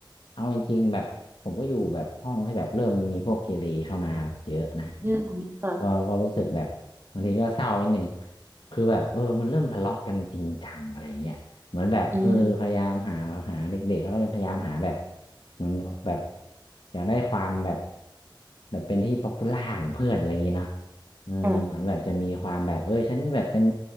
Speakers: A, on the left (about 80°); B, on the right (about 25°).
A: เอาจริงๆแบบผมก็อยู่แบบห้องที่แบบเริ่มมีพวกเกเรเข้ามาเยอะนะเนี่ย
B: อืมค่ะ
A: ก็ก็รู้สึกแบบบางทีก็เศร้านิดนึงคือแบบเออมันเริ่มทะเลาะกันจริงจังอะไรเงี้ย เหมือนแบบเออพยายามหาหาเด็กๆเขาก็จะพยายามหาแบบ
B: อืม
A: เหมือนแบบอยากได้ความแบบแบบเป็นที่ป๊อปปูล่าของเพื่อนอะไรอย่างเงี้เนาะเออเหมือนแบบจะมีความแบบเอ้ยฉันแบบเป็น
B: ค่ะ